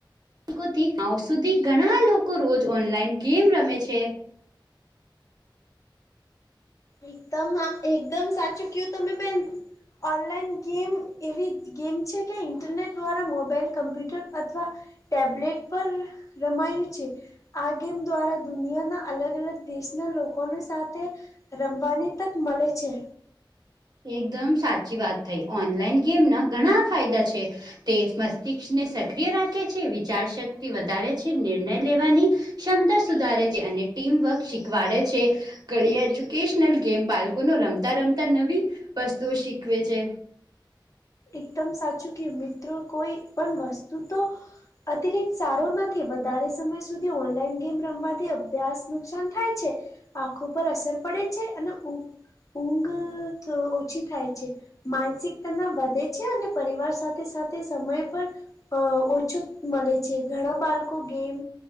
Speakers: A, on the right; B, on the left.
A: કો થી આવ સુધી ધણા લોકો રોજ ઓનલાઈન ગેમ રમે છે.
B: એકદમ આ એકદમ સાચું કયું તમે બેન. ઓનલાઈન ગેમ એવી ગેમ છે કે ઇન્ટરનેટ દ્વારા મોબાઈલ કમ્પ્યુટર અથવા ટેબલેટ પર રમાયું છે. આ ગેમ દ્વારા દુનિયાના અલગ અલગ દેશના લોકોને સાથે રમવાની તક મળે છે.
A: એકદમ સાચી વાત થઈ ઓનલાઈન ગેમ ના ઘણા ફાયદા છે. તે મસ્તિષ્ક ને સક્રિય રાખે છે વિચાર શક્તિ વધારે છે નિર્ણય લેવાની ક્ષમતા સુધારે છે અને ટીમવર્ક શીખવાડે છે. ઘડી એજ્યુકેશનલ ગેમ બાળકો નુ રમતા રમતા નવી વસ્તુઓ શીખવે છે.
B: એકદમ સાચું કે મિત્રો પણ વસ્તુ તો અતિરિક્ત સારો નથી વધારે સમય સુધી ઓનલાઈન ગેમ રમવાથી અભ્યાસ નુકસાન થાય છે. આંખો પર અસર પડે છે અને ઊધ ઊંઘ તો ઓછી થાય છે માનસિકતાના વધ તે છે અને પરિવાર સાથે સાથે સમય પણ અ ઓછું મળે છે ઘણા બાલકો ગેમ